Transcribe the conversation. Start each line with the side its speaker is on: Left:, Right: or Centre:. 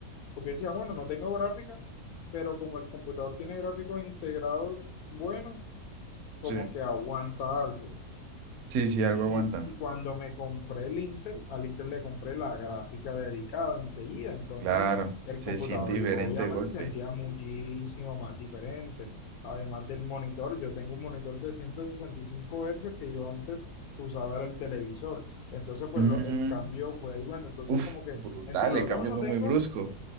Left: porque decía, bueno, no tengo gráfica, pero como el computador tiene gráficos integrados buenos, como
Right: Sí.
Left: que aguanta algo.
Right: Sí, sí, algo
Left: Y,
Right: aguanta.
Left: y cuando me compré el Intel, al Intel le compré la gráfica dedicada enseguida, entonces
Right: Claro,
Left: el
Right: se
Left: computador
Right: siente diferente
Left: y obviamente
Right: de golpe.
Left: se sentía muchísimo más diferente. Además del monitor, yo tengo un monitor de 165 hercios que yo antes usaba era el televisor. Entonces, pues
Right: Mm,
Left: lo- el cambio fue ahí, bueno, entonces
Right: uf,
Left: como que
Right: brutal,
Left: entre los
Right: el cambio
Left: dos no
Right: fue
Left: tengo,
Right: muy brusco.